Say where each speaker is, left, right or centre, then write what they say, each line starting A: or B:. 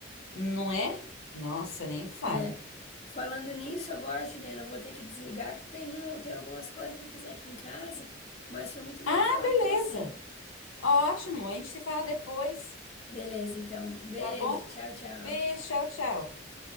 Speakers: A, on the left; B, on the left.
A: Não é? Nossa, nem fale.
B: Né? Falando nisso, agora, Juliana, eu vou ter que desligar que tem um, tem algumas coisas para fazer aqui em casa, mas foi muito bom
A: Ah,
B: falar
A: beleza.
B: com você.
A: Ótimo. A gente se fala depois,
B: Beleza, então, beijo,
A: tá bom?
B: tchau, tchau.
A: Beijo, tchau, tchau.